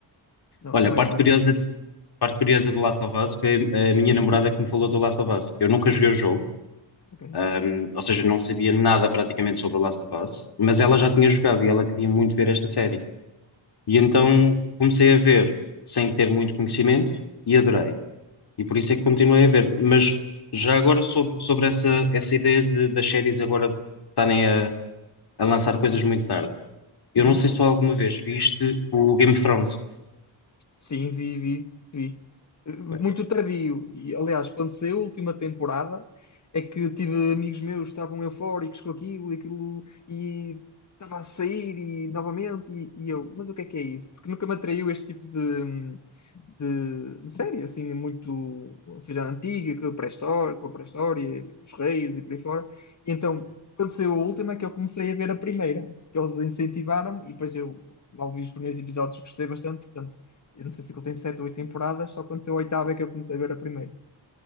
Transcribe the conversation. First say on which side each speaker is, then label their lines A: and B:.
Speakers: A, on the left; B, on the left.
A: não,
B: Olha,
A: não
B: a parte
A: é sadista.
B: curiosa, a parte curiosa do Last of Us foi a minha namorada que me falou do Last of Us. Eu nunca joguei o jogo,
A: Ok.
B: ahm, ou seja, não sabia nada praticamente sobre o Last of Us, mas ela já tinha jogado e ela queria muito ver esta série. E então comecei a ver sem ter muito conhecimento e adorei. E por isso é que continuei a ver. Mas já agora sobre, sobre essa, essa ideia de- das séries agora estarem a, a lançar coisas muito tarde. Eu
A: Uhum.
B: não sei se tu alguma vez viste o Game of Thrones.
A: Sim, vi, vi, vi. Muito
B: Foi.
A: tardio. E, aliás, quando saiu a última temporada, é que tive amigos meus que estavam eufóricos com aquilo e aquilo, e estava a sair e novamente, e, e eu, mas o que é que é isso? Porque nunca me atraiu este tipo de, de, de série, assim, muito, ou seja, antiga, com a pré-história, com a pré-história, dos reis e por aí fora. E então, quando saiu a última, é que eu comecei a ver a primeira, porque eles incentivaram, e depois eu mal vi os primeiros episódios, gostei bastante, portanto. Eu não sei se ele tem sete ou oito temporadas, só aconteceu a oitava é que eu comecei a ver a primeira.